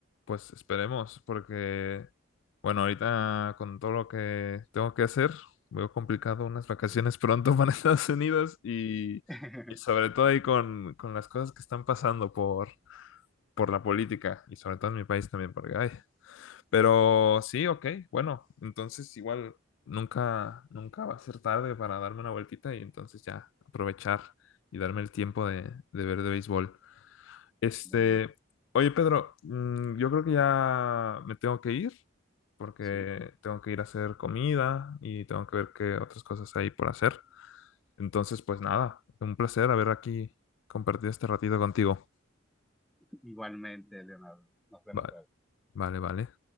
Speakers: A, on the left; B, in the centre.
A: Pues esperemos, porque, bueno, ahorita con todo lo que tengo que hacer, veo complicado unas vacaciones
B: Sí.
A: pronto <laughs> para Estados Unidos y,
B: <laughs>
A: y sobre todo ahí con, con las cosas que están pasando por, por la política y sobre todo en mi país también, porque hay. Pero sí, ok, bueno, entonces igual nunca, nunca va a ser tarde para darme una vueltita y entonces ya aprovechar y darme el tiempo de, de ver de béisbol. Este,
B: Muy bien,
A: oye Pedro, mm, yo creo que ya me tengo que ir porque
B: sí.
A: tengo que ir a hacer comida y tengo que ver qué otras cosas hay por hacer. Entonces, pues nada, un placer haber aquí compartido este ratito contigo.
B: Igualmente, Leonardo. Nos vemos
A: Vale,
B: luego.
A: vale, vale.